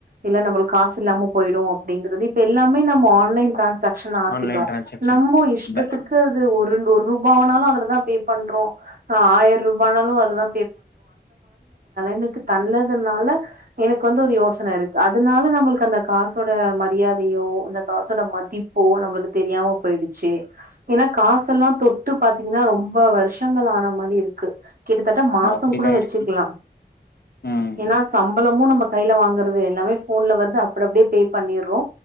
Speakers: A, on the right (about 55°); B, on the left (about 65°).
A: இல்ல நம்மளுக்கு காசு இல்லாம போயிடும் அப்டிங்கறது இப்ப எல்லாமே நம்ம ஆன்லைன் டிரான் சக்சன ஆக்கிட்டோம்
B: ஆன்லைன் டிரான்சாக்ஷன்
A: நம்மோ இஷ்டத்துக்கு
B: பே
A: அது ஒரு ஒரூபா ஆனாலு அதுலதா பே பண்றோ ஆ ஆயர்ரூ பண்ணாலு அதுதா எனக்கு தள்ளதுனால எனக்கு வந்து ஒரு யோசன இருக்கு அதனால நம்மளுக்கு அந்த காசோட மரியாதையோ அந்த காசோட மதிப்போ நம்மளுக்கு தெரியாம போயிடுச்சு ஏன்னா காசெல்லா தொட்டு பாத்தீங்கன்னா ரொம்ப வருஷங்கள் ஆன மாரி இருக்கு கிட்டத்தட் ட
B: ஆமா
A: மாசோம்
B: அப்டிதா
A: கூட வச்சுக்கலா
B: இருக்கு ம்
A: ஏன்னா சம்பளமு நம்ம கைல வாங்கறது எல்லாமே ஃபோன்ல வந்து அப்டிப்படியே பே பண்ணிறோ